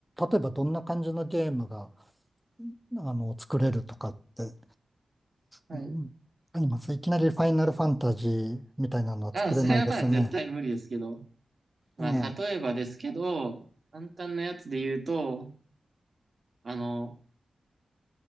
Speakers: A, in the centre; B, on the right.
A: 例えばどんな感じのゲームが、あの、作れるとかって、
B: はい。
A: うん、あります。いきなりファイナルファンタジーみたいなのは作れないですよね。
B: あ、それはまあ、絶対無理ですけど。まあ、
A: ええ、
B: 例えばですけど、簡単なやつで言うと、あの、